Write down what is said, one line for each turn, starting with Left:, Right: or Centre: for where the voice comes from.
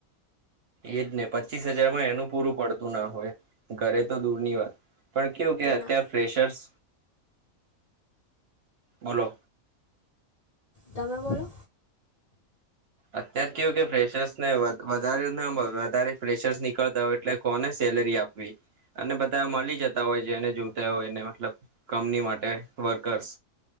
Right: એજ ને પચ્ચીસ હજારમાં એનું પૂરું પડતું ના હોય ઘરે તો દૂર ની વાત. પણ કેવું કે અત્યાર
Left: ના
Right: ફેશર્સ બોલો
Left: તમે બોલો.
Right: અત્યાર કેવું કે ફ્રેશર્સ ને વધ વધારે ના <unintelligible> વધારે ફ્રેશર્સ નીકળતા હોય એટલે. કોને સેલરી આપવી અને બધા મલી જતા હોય છે અને જુતા હોય એને મતલબ કંમની માટે વર્કર્સ.